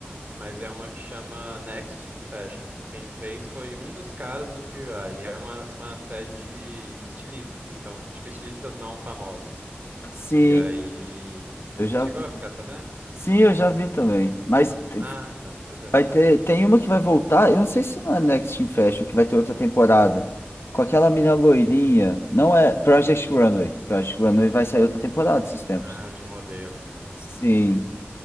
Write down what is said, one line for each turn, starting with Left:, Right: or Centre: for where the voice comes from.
Right: Mas é uma que chama Next in Fashion. Quem fez foi um dos caras do Queer Eye. E é uma, uma série de estilistas, assim. Então, tipo, estilistas não famosos.
Left: Sim,
Right: E aí.
Left: eu
Right: Você
Left: já.
Right: chegou a ficar sabendo?
Left: Sim, eu já vi também. Mas te-
Right: Ah, então, pois é.
Left: vai ter, tem uma que vai voltar, eu não sei se não é Next in Fashion, que vai ter outra temporada. Com aquela mina loirinha, não é Project Runway. Project Runway vai sair outra temporada esses tempos.
Right: Ah, de modelo, então,
Left: Sim,
Right: né?